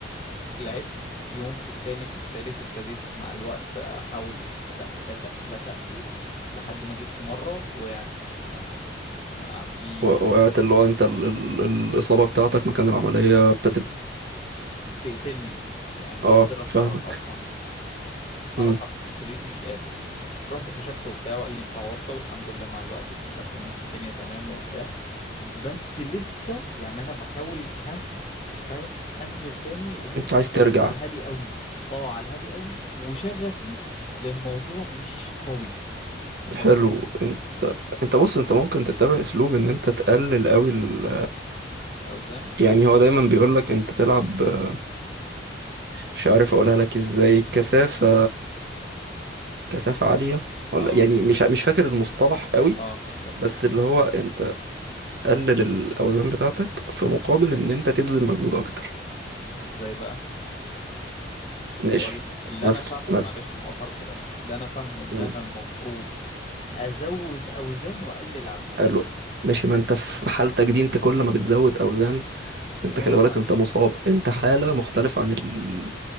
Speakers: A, on the left; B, on the right.
A: فلعبت يوم في التاني في التالت ابتديت مع الوقت احاول اتقل اتقل اتقل لحد ما جيت في مره وقعت انا انا في
B: و-
A: في
B: وقعت اللي هو انت ال... ال... الإصابة بتاعتك مكان العملية ابتدت
A: تقتلني يعني مش
B: اه
A: قادر اتحرك
B: فاهمك
A: اصلا حركة
B: امم
A: من السرير مش قادر رحت كشفته وبتاع وقال لي انت عورضة والحمد لله مع الوقت اكتشفت ان الدنيا تمام وبتاع بس لسه يعني انا بحاول ها فاهم انزل تاني والعب
B: انت عايز ترجع
A: بس على الهادي قوي اه على الهادي قوي وشغفي للموضوع مش قوي انت فاهم
B: حلو انت انت بص انت ممكن تتبع اسلوب ان انت تقلل قوي ال...
A: اوزان
B: يعني هو دايما بيقولك انت تلعب آه، مش عارف اقولها لك ازاي كثافة كثافة عالية ولا
A: اه
B: يعني مش مش فاكر المصطلح قوي
A: اه طب
B: بس اللي هو انت قلل الاوزان بتاعتك في مقابل ان انت تبذل مجهود اكتر
A: ازاي بقى
B: ماشي
A: هو ال- اللي
B: مثلا
A: انا فاهمه
B: مثلا
A: معلش مقاطع كلامك اللي انا فاهمه ان
B: مم.
A: انا المفروض ازود اوزان واقلل عدات
B: حلو ماشي ما انت في حالتك دي انت كل ما بتزود اوزان
A: كل
B: انت
A: ما
B: خلي
A: بتعب
B: بالك انت مصاب انت حالة مختلفة عن ال...